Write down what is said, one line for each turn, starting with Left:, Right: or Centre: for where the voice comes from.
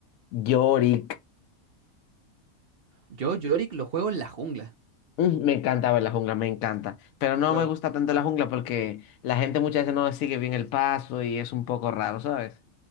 Left: Yorick.
Right: Yo Yorick lo juego en la jungla.
Left: Mm, Me encantaba en la jungla, me encanta. Pero no
Right: juego
Left: me gusta tanto la jungla porque la gente muchas veces no sigue bien el paso y es un poco raro, ¿sabes?